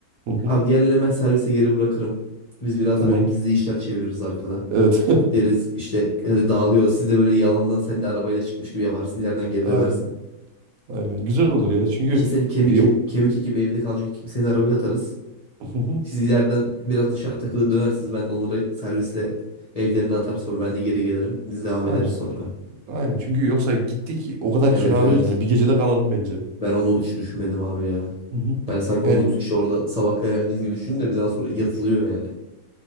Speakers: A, on the right; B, on the left.
A: Hı hı.
B: Abi diğerlerini ben servise geri bırakırım. Biz biraz
A: Tamam.
B: da böyle gizli işler çeviririz arkada.
A: Evet.
B: Deriz işte hadi dağılıyor. Siz de böyle yalandan sen de arabayla çıkmış gibi yaparsın. İleriden
A: <laughs>
B: geri
A: Aynen.
B: dönersin.
A: Aynen. Güzel olur ya. Çünkü
B: İşte senin kemik
A: e,
B: e- kemik ekibi evde kalacak ekibi senin arabaya atarız.
A: hı hı.
B: Siz ileriden biraz dışarı takılır dönersiniz. Ben de onları servisle evlerine atar sonra ben de geri gelirim. Biz devam
A: Aynen.
B: ederiz sonra.
A: Aynen çünkü yoksa gittik o kadar
B: Evet
A: kiralıyoruz
B: evet.
A: yani bir gecede kalalım bence.
B: Ben onu hiç düşünmedim abi ya.
A: Hı hı.
B: Ben sanki
A: Yani
B: on dokuz kişi orada sabah kadar eğleneceğiz gibi düşündüm de bir daha sonra yatılıyor yani.